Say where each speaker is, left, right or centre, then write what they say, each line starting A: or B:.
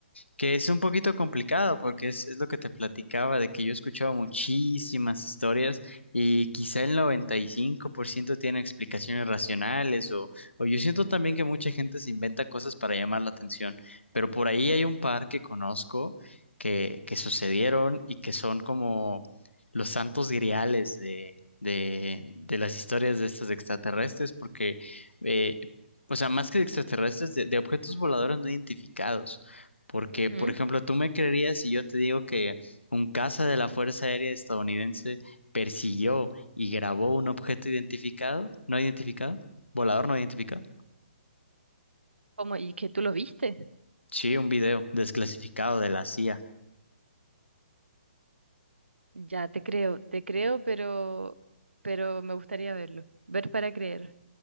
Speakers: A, on the left (about 85°); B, on the right (about 80°).
A: que es un poquito complicado porque es, es lo que te platicaba, de que yo he escuchado muchísimas historias y quizá el 95% tiene explicaciones racionales o, o yo siento también que mucha gente se inventa cosas para llamar la atención, pero por ahí hay un par que conozco que, que sucedieron y que son como los santos griales de, de, de las historias de estos extraterrestres porque... eh, o sea, más que de extraterrestres, de, de objetos voladores no identificados. Porque,
B: Ujú.
A: por ejemplo, tú me creerías si yo te digo que un caza de la Fuerza Aérea estadounidense persiguió y grabó un objeto identificado, no identificado, volador no identificado.
B: ¿Cómo? ¿Y que tú lo viste?
A: Sí, un video desclasificado de la CIA.
B: Ya, te creo, te creo, pero, pero me gustaría verlo. Ver para creer.